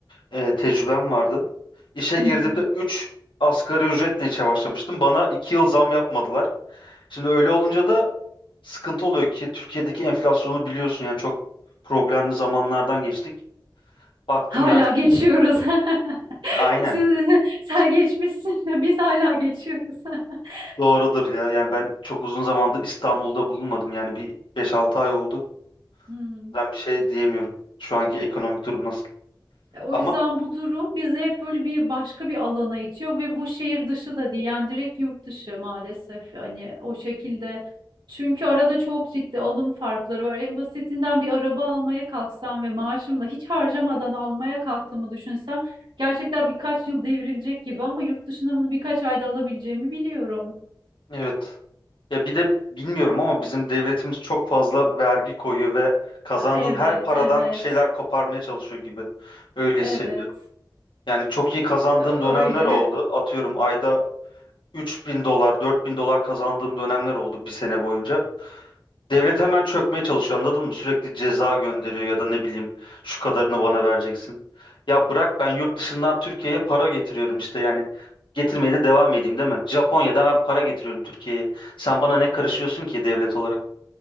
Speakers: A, on the left; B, on the right.
A: e, tecrübem vardı. İşe
B: Hı
A: girdiğimde
B: hı.
A: 3 asgari ücretle işe başlamıştım. Bana 2 yıl zam yapmadılar. Şimdi öyle olunca da sıkıntı oluyor ki Türkiye'deki enflasyonu biliyorsun yani çok problemli zamanlardan geçtik. Baktım
B: Hala
A: yani
B: geçiyoruz. <laughs>
A: aynen
B: Siz, sen geçmişsin de biz hala geçiyoruz. <laughs>
A: doğrudur ya. Yani ben çok uzun zamandır İstanbul'da bulunmadım. Yani bir beş altı ay oldu.
B: Hı hı.
A: Ben bir şey diyemiyorum. Şu anki ekonomik durum nasıl?
B: E, O
A: Ama
B: yüzden bu durum bizi hep böyle bir başka bir alana itiyor ve bu şehir dışı da değil yani direkt yurt dışı maalesef hani o şekilde. Çünkü arada çok ciddi alım farkları var. En basitinden bir araba almaya kalksam ve maaşımla hiç harcamadan almaya kalktığımı düşünsem gerçekten birkaç yıl devrilecek gibi ama yurt dışında bunu birkaç ayda alabileceğimi biliyorum.
A: Evet. Ya bir de bilmiyorum ama bizim devletimiz çok fazla vergi koyuyor ve kazandığın
B: E, Evet,
A: her paradan
B: evet,
A: bir şeyler koparmaya çalışıyor gibi. Öyle
B: evet.
A: hissediyorum. Yani çok iyi kazandığım
B: Ö-
A: dönemler
B: Öyle.
A: oldu.
B: <laughs>
A: Atıyorum ayda 3000 dolar, 4000 dolar kazandığım dönemler oldu bir sene boyunca. Devlet hemen çökmeye çalışıyor anladın mı? Sürekli ceza gönderiyor ya da ne bileyim şu kadarını bana vereceksin. Ya bırak ben yurt dışından Türkiye'ye para getiriyorum işte yani. Getirmeye de devam edeyim değil mi? Japonya'da ben para getiriyorum Türkiye'ye. Sen bana ne karışıyorsun ki devlet olarak?